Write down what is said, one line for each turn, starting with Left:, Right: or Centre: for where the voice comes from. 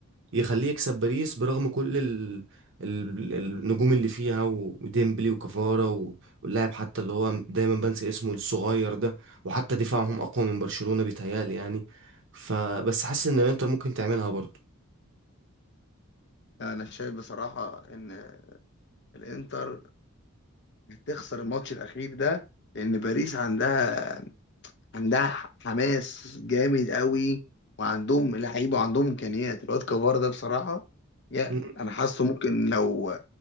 Right: يخليه يكسب باريس برغم كل ال... ال... النجوم اللي فيها وديمبلي وكفارة و- واللاعب حتى اللي هو دايما بنسى اسمه الصغير ده وحتى دفاعهم أقوى من برشلونة بيتهيألي يعني فبس حاسس إن الإنتر ممكن تعملها برضه
Left: انا شايف بصراحة ان الانتر تخسر الماتش الاخير ده لان باريس عندها عندها حماس جامد قوي وعندهم لعيبه وعندهم امكانيات الواد كفار ده بصراحه يا
Right: مم.
Left: انا حاسه ممكن لو